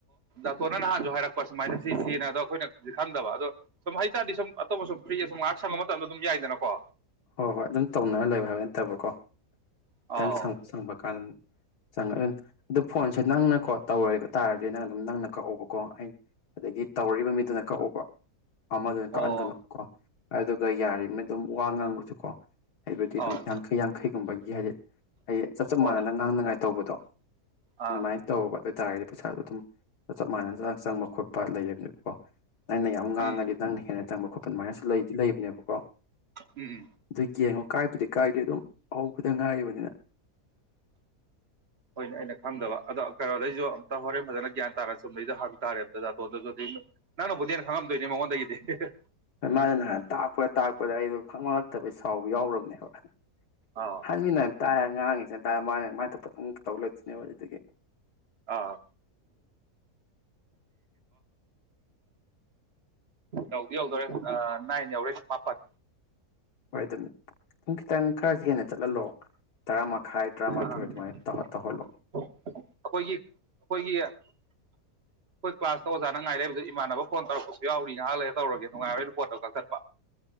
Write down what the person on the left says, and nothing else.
ꯍꯣꯏ ꯍꯣꯏ ꯑꯗꯨꯝ ꯇꯧꯅꯔ ꯂꯩꯕ ꯍꯥꯏꯕ ꯅꯠꯇꯕꯀꯣ ꯈꯤꯇꯪ
ꯁꯪꯕ ꯁꯪꯕ ꯀꯥꯟꯗ ꯆꯪꯉ ꯑꯗꯨꯅ ꯑꯗꯨꯣ ꯐꯣꯟꯁꯦ ꯅꯪꯅꯀꯣ ꯇꯧꯔ ꯇꯥꯔꯗꯤ ꯅꯪ ꯑꯗꯨꯝ ꯅꯪꯅ ꯀꯛꯎꯕꯀꯣ ꯑꯩꯅ ꯑꯗꯒꯤ ꯇꯧꯔꯛꯔꯤꯕ ꯃꯤꯗꯨꯅ ꯀꯛꯎꯕ ꯑꯃꯗꯅ
ꯀꯛꯍꯟꯒꯅꯨ ꯀꯣ ꯑꯗꯨꯒ ꯌꯥꯔꯤꯕꯅ ꯑꯗꯨꯝ ꯋꯥ ꯉꯥꯡꯕꯁꯨ ꯀꯣ ꯑꯩꯕꯨꯗꯤ ꯑꯗꯨꯝ
ꯌꯥꯡꯈꯩ ꯌꯥꯡꯈꯩꯒꯨꯝꯕꯒꯤ ꯍꯥꯏꯗꯤ ꯑꯩꯗꯤ ꯆꯞ ꯆꯞ
ꯃꯥꯟꯅꯅ ꯉꯥꯡꯅꯉꯥꯏ ꯇꯧꯕꯗꯣ
ꯑꯗꯨꯃꯥꯏꯅ ꯇꯧꯕ ꯑꯗꯨ ꯍꯥꯏ ꯇꯥꯔꯒꯗꯤ ꯄꯩꯁꯥꯗꯣ ꯑꯗꯨꯝ ꯆꯞ ꯃꯥꯟꯅꯅ ꯆ ꯆꯪꯕ ꯈꯣꯠꯄ ꯂꯩꯌꯦꯕꯅꯦꯕꯀꯣ ꯅꯪꯅ ꯌꯥꯝ ꯉꯥꯡꯉꯗꯤ
ꯅꯪꯅ ꯍꯦꯟꯅ ꯆꯪꯕ ꯈꯣꯠꯄ ꯑꯗꯨꯃꯥꯏꯅꯁꯨ ꯂꯩꯗꯤ ꯂꯩꯕꯅꯦꯕꯀꯣ
ꯑꯗꯨ ꯌꯦꯡꯉꯣ ꯀꯥꯏꯕꯗꯤ ꯀꯥꯏꯗꯦ ꯑꯗꯨꯝ ꯍꯧꯕꯗ ꯉꯥꯏꯔꯤꯕꯅꯤꯅ
ꯃꯥꯅ ꯅꯍꯥꯟ ꯇꯥꯛꯄ ꯇꯥꯛꯄꯗ ꯑꯩꯗꯣ ꯈꯪꯍꯜꯂꯛꯇꯕꯩ ꯁꯥꯎꯕ ꯌꯥꯎ꯭ꯔꯕꯅꯦꯕ
ꯍꯥꯟꯃꯤꯅ ꯇꯥꯏꯔ ꯉꯥꯡꯉꯤꯁꯦ ꯑꯗꯨꯝ ꯇꯧ ꯂꯩꯣꯏꯗꯣꯏꯅꯦꯕ ꯑꯗꯨꯗꯒꯤ
ꯍꯣꯏ ꯑꯗꯨꯝ ꯑꯗꯨꯝ ꯈꯤꯇꯪ ꯈꯔ ꯍꯦꯟꯅ ꯆꯠꯍꯜꯂꯣ ꯇꯔꯥ ꯃꯈꯥꯏ ꯇꯔꯥꯃꯥꯊꯣꯏ
ꯑꯗꯨꯃꯥꯏꯅ ꯇꯧꯍꯜꯂꯣ